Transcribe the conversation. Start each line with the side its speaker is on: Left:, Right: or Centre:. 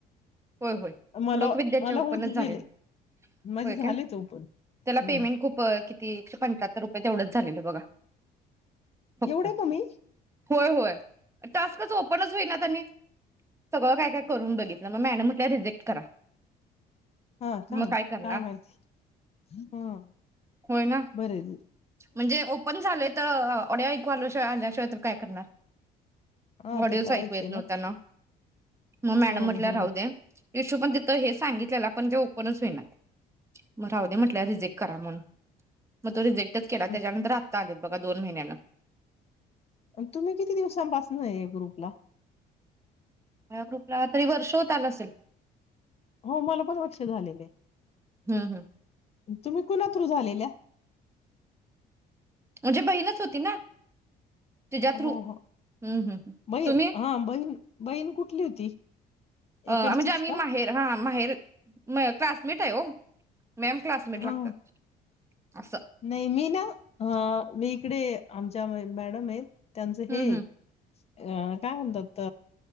Right: होय, होय
Left: मला
Right: लोकविद्याचे
Left: मला
Right: ओपनच
Left: होत
Right: झाले
Left: गेले
Right: नाही.
Left: माझे
Right: होय
Left: झाले
Right: काय?
Left: तो पण
Right: त्याला
Left: हम्म
Right: पेमेंट खूप ती एकशे पंच्याहत्तर रुपये तेवढंच झालेल बघा. फक्त
Left: एवढ कमी?
Right: होय होय टास्कच ओपनच होईनात आणि सगळ काय काय करून बघि म्हणून मॅडम म्हटल्या रिजेक्ट करा.
Left: हा का
Right: मग करणार
Left: काय माहिती हं
Right: होय ना
Left: बरय
Right: म्हणजे ओपन झालय त अ ऑडिओ ऐकू आल्या शिय आल्याशिवाय तर काय करणार?
Left: हा
Right: ऑडिओच
Left: ते तर आहेच
Right: ऐकू येत
Left: आहे
Right: नव्हता ना. म मॅडम
Left: हम्म
Right: म्हटल्या
Left: हम्म
Right: राहू दया इशू पण तिथं हे सांगितलेला पण ते ओपनच होईनात. मग राहू दे म्हटलं रिजेक्ट करा म्हणून, मग तो रिजेक्ट <unintelligible> केला
Left: हम्म.
Right: त्याच्यानंतर आ चालेत बघा दोन महिन्याला.
Left: अन तुम्ही किती दिवसांपासून हाय या ग्रुपला?
Right: मला ग्रुपला तरी वर्ष होत आल असल की
Left: हो मला पण लक्षात आलेले
Right: हं, हं
Left: तुम्ही कुणा थ्रू झालेल्या?
Right: म्हणजे बहीणच होती ना? तिच्या थ्रू
Left: हो हो
Right: हम्म हम्म
Left: बई
Right: तुम्ही
Left: हा बहीण बहीण कुठली होती?
Right: अ
Left: इकडचीच
Right: म्हणजे आम्ही
Left: का
Right: माहेर हा माहेर सास मीठ आहे हो. मॅम क्लासमेट
Left: हा
Right: लागतात असं
Left: नाही मी ना ह मी तिकडे आमच्या मॅडम आहेत त्यांचं
Right: हम्म
Left: हे
Right: हम्म
Left: अ काय म्हणतात.